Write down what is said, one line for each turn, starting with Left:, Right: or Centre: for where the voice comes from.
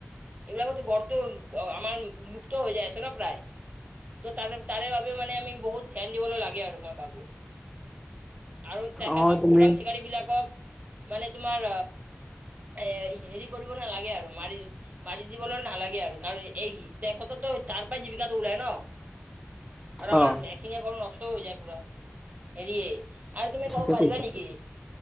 Right: এইবিলাকতো গড়টো আমাৰ লুপ্ত হৈ যায় আছে ন প্ৰায় ত' তাৰে তাৰে বাবেও মানে আমি বহুত ধ্যান দিবলৈ লাগে আৰু মই ভাবো আৰু তেখেতক
Centre: অ তুমি
Right: চোৰাং চিকাৰী বিলাকক মানে তোমাৰ এ হেৰি কৰ নালাগে আৰু মাৰি মাৰি দিবলৈ নালাগে আৰু কাৰণ এই তেখেতো তাৰ পৰাই জীৱিকাটো ওলাই ন আৰু আমাৰ
Centre: অ
Right: এঠিঙা গড় নষ্ট হৈ যায় পুৰা হৰিয় আৰু তুমি কব
Centre: ঠিকে
Right: পাৰিবা
Centre: কৈছা
Right: নেকি